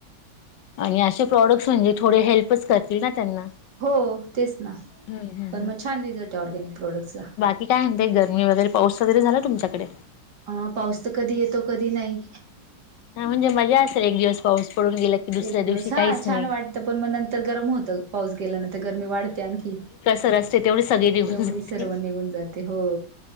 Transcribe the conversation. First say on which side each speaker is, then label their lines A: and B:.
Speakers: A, on the left; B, on the right.
A: आणि असे प्रॉडक्ट्स म्हणजे थोडे हेल्पच करतील ना त्यांना
B: हो तेच ना
A: हम्म हम्म
B: पण मग छान रिझल्ट आहे ऑर्गॅनिक प्रॉडक्टचा
A: की काय ते गरमी वगैरे पाऊस वगैरे झाला तुमच्याकडे
B: अ पाऊस तर कधी येतो कधी नाही
A: हा म्हणजे मजाेल एक दिवस पाऊस पडून गेला की दुसऱ्या
B: एक दिवस
A: दिवशी
B: हा
A: काहीच
B: छान
A: नाही.
B: वाटतं पण मग नंतर गरम होतं पाऊस गेल्यानंतर गरमी वाढते आणखी.
A: सर असते तेवढी सगळी निघून
B: तेवढी
A: जाते
B: सर्व निघून जाते हो